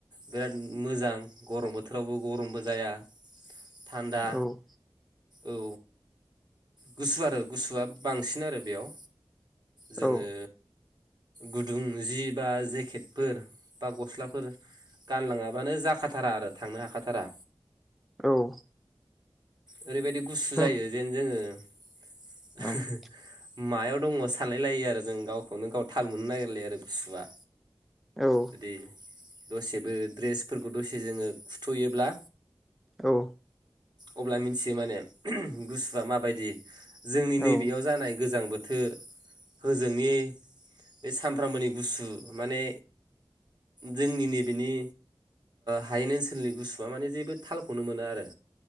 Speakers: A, on the right; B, in the centre.
A: बिराद मोजां गरम बोथोरावबो गरमबो जाया। थान्दा
B: औ
A: औ गुसु आरो गुसुआ बांसिन आरो। बेयाव जोङो
B: औ
A: गुदुं जि बा जेकेटफोर बा गस्लाफोर गानलाङाबानो जाखाथारा आरो थांनो हाखाथारा
B: औ
A: ओरैबायदि गुसु
B: नों
A: जायो जेन जोङो <inaudible>
B: औ
A: मायाव दङ सानलाय लायो आरो जों गावखौनो गाव थाल मोननो नागिरलाया आरो गुसुआ
B: औ
A: जुदि दसेबो दसे जोङो ड्रेसफोरखौ दसे जोङो खुथ'योब्ला
B: औ
A: अब्ला मिथियो माने गुसुआ माबायदि जोंनि
B: औ
A: नैबेयाव जानाय गोजां बोथोर बोथोर होजोंनि सामफ्रामबोनि गुसु माने जोंनि नैबेनि हायेन ओनसोलनि गुसुवआ माने जेबो थालखौनो मोना आरो।